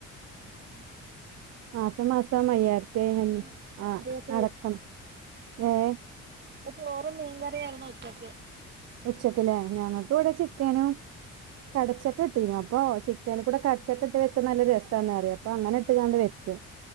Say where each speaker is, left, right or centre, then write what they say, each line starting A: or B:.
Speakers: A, on the right; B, on the right.
A: ഉം ഉം
B: മാസം മാസം അയ്യായിര്ത്തി
A: ചോറും
B: അഞ്ഞു ആഹ്
A: മീൻ കറിയൊക്കെ
B: അടക്കണം ഏഹ്
A: ഇന്ന് ചോറും മീൻകറിയാരുന്നു ഉച്ചക്ക്
B: ഉച്ചക്ക്ല്ലേ ഞങ്ങക്ക്വ്ടെ ചിക്കനും കടച്ചക്കട്ടീനു അപ്പൊ ചി ക്കേന്കൂടെ കടച്ചക്കട്ട് വെച്ച നല്ല രസാന്നറിം അപ്പൊങ്ങന്ട്ട്കാണ്ട് വെച്ചു.